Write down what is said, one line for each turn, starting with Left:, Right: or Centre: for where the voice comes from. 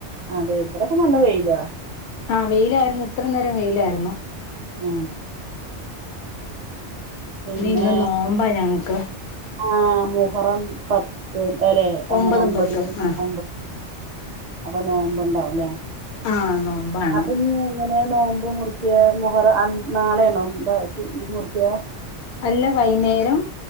Right: അതെ ഇവിടൊക്കെ നല്ല വെയിലാ
Left: ആ വെയിലായിരുന്നു ഇത്ര നേരം വെയിലായിരുന്നു
Right: ആ പിന്നെ
Left: ഇന്ന് നോമ്പാ ഞങ്ങക്ക്
Right: ആ മുഹറം പത്ത് അല്ലെ അങ്ങനെ
Left: ഒമ്പതും
Right: ഒമ്പത്
Left: പത്തും ആ
Right: ഒമ്പ അപ്പൊ നോമ്പണ്ടാവുല്ലേ
Left: ആ നോമ്പാണ്
Right: അപ്പൊ നീ എങ്ങനെയാ നോ നോമ്പ് മുറിക്യ മുഹറം നാളെയാണോ മുറിക്യ
Left: അല്ല വൈകുന്നേരം